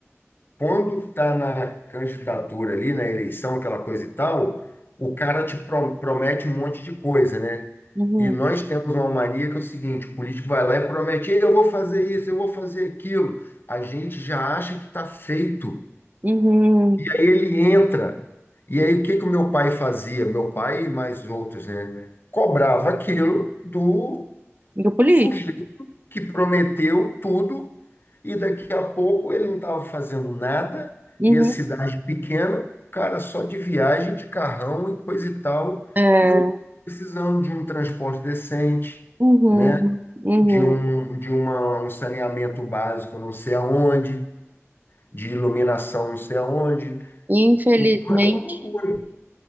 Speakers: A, on the left; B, on the right.
A: Quando está na candidatura ali, na eleição, aquela coisa e tal, o cara te pro- promete um monte de coisa, né?
B: uhum,
A: E nós temos uma mania que é o seguinte, o político vai lá e promete, "Ei, eu vou fazer isso, eu vou fazer aquilo. A gente já acha que está feito.
B: uhum.
A: aí ele entra. E aí o que que o meu pai fazia? Meu pai e mais outros, né? Cobrava aquilo do
B: Grupo líder.
A: sujeito que prometeu tudo e daqui a pouco ele não estava fazendo nada
B: Uhum,
A: e a cidade pequena, cara, só de viagem, de carrão e coisa e tal,
B: é,
A: e o precisando de um transporte decente,
B: uhum,
A: né?
B: uhum.
A: De um, de uma, um saneamento básico, não sei aonde, de iluminação, não sei aonde.
B: Infelizmente,
A: Então, é uma loucura.